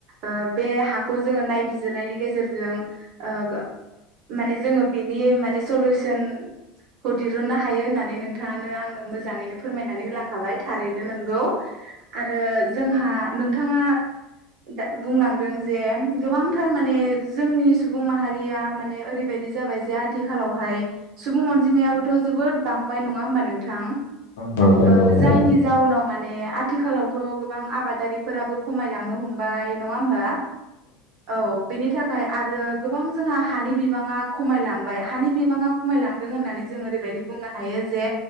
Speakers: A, on the right (about 60°); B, on the left (about 85°).
A: ओ बे हाखौ जोङो नायबिजिरनायनि गेजेरजों ओ माने जोङो बेनि माने स'लुस'न खौ दिहुननो हायो होननानै नोंथाङानो आंनो मोजाङैनो फोरमायनानै होलांखाबाय थारैनो नोंगौ। आरो जोंहा नोंथाङा दा बुंलांदों जे गोबांथार माने जोंनि सुबुं माहारिया माने ओरैबाय दि जाबाय जे आथिखालावहाय सुबुं अनजिमायाबोथ' जोबोद बांबाय नङा होमबा नोंथां।
B: बांबाय
A: ओ
B: बांबाय
A: जायनि
B: औ
A: जाउनाव माने आथिखालावथ' गोबां आबादारिफोराबो खमायलांनो हमबाय नङा होमबा औ बेनि थाख खाय आरो गोबां जोंहा हानि बिबाङा खमायलांबाय हानि बिबाङा खमायलांदों होननानै जों ओरैबायदि बुंनो हायो जे